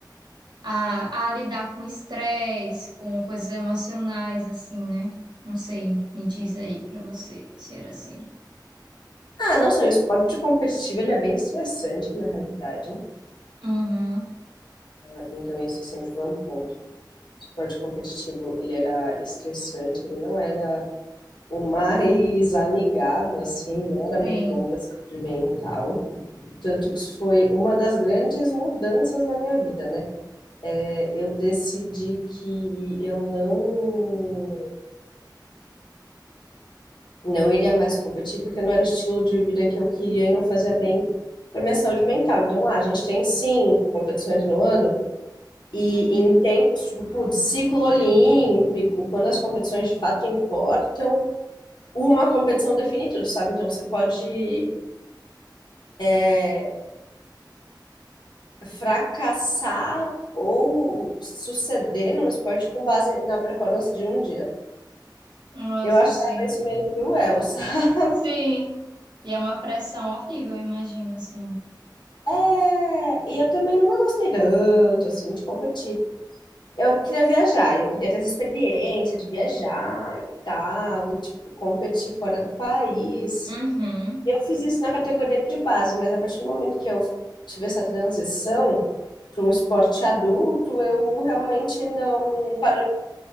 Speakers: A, on the right; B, on the left.
A: a, a lidar com estresse, com coisas emocionais, assim, né? Não sei, me diz aí pra você se era assim.
B: Ah, não sei, o esporte competitivo ele é bem estressante, na realidade.
A: Uhum,
B: Ah, Então, isso sempre foi um ponto. O esporte competitivo, ele era estressante, ele não era o mais amigável, assim, não era muito
A: sim,
B: bom para a saúde mental. Tanto que isso foi uma das grandes mudanças na minha vida, né? É, Eu decidi que eu não Não iria mais competir porque não era o estilo de vida que eu queria e não fazia bem para minha saúde mental. Então, ah, a gente tem cinco competições no ano e
A: uhum.
B: em tempos, tipo, putz, ciclo olímpico, quando as competições de fato importam, uma competição define tudo, sabe? Então, você pode é, fracassar ou suceder no esporte com base na performance de um dia.
A: Nossa,
B: Eu achava
A: sim.
B: isso meio cruel, sabe?
A: Sim. E é uma pressão horrível, eu imagino, assim.
B: É, e eu também nunca gostei tanto, assim, de competir. Eu queria viajar, eu queria ter essa experiência de viajar e tal, e tipo, competir fora do país.
A: Uhum.
B: Eu fiz isso na categoria de base, mas a partir do momento que eu tive essa transição para um esporte adulto, eu realmente não parou,